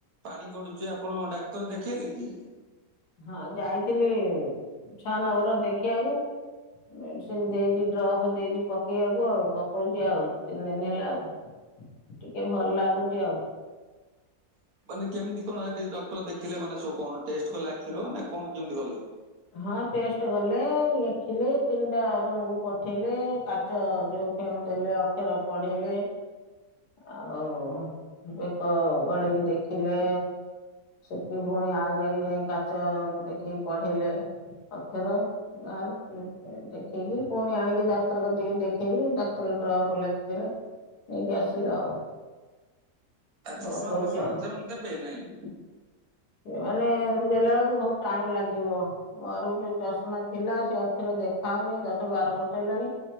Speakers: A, on the right; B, on the left.
A: ପାଣି ଗଡୁଛି ଆପଣ ଡ଼ା ଡ଼ାକ୍ତର ଦେଖେଇଲେ କି?
B: ହଁ ଯାଇଥିଲି ଛଅ ନବର ଦେଖିବାକୁ। ମେଡିସିନ ଦେଇଛି, ଡ୍ରପ ଦେଇଛି, ପକେଇବାକୁ ଆଉ ପକଉଛି ଆଉ ତିନି ଦିନ ହେଲା ଆଉ। ଟିକେ ଭଲ ଲାଗୁଚି ଆଉ।
A: ମାନେ କେମିତି କଣ ସେଠି ଡକ୍ଟର ଦେଖିଲେ ମାନେ ସ କଣ ଟେଷ୍ଟ କଲେ ଆଖିର ନା କଣ କେମିତି କଲେ?
B: ହଁ ଟେଷ୍ଟ କଲେ ଲେଖିଲେ, ତିନିଟା ରୁମକୁ ପଠେଇଲେ, କାଚ ଯଉ ଫେମ ଦେଲେ ଅକ୍ଷର ପଢେଇଲେ, ଆଉ ବେକ ଗଳେଇକି ଦେଖିଲେ ସେଠି ପୁଣି ଆଉ ଥରେ ଯାଇ କାଚ ଦେଖି ପଢେ଼ଇଲେ। ଅକ୍ଷର ଆ ଦେଖେଇକି ପୁଣି ଆଣିକି ଡାକ୍ତର କ ଟିକେ ଦେଖେଇଲିି, ଡ଼ା ସାତ ଡ୍ରପ ଲେଖିଦେଲେ, ନେଇକି ଆସିଲି ଆଉ।
A: ଆ ଚଷମା
B: ପକଉଛି
A: ଫଷମା
B: ଆଉ।
A: ସେମାନେ ଦେବେ ନାହିଁ?
B: ମାନେ ଦେଲା ବେଳକୁ ବହୁତ ଟାଇମ ଲାଗିବ। ମୋର ଗୋଟେ ଚଷମା ଥିଲା, ସେ ଅକ୍ଷର ଦେଖା ହଉନି ଦଶ ବାର ବର୍ଷ ହେଲାଣି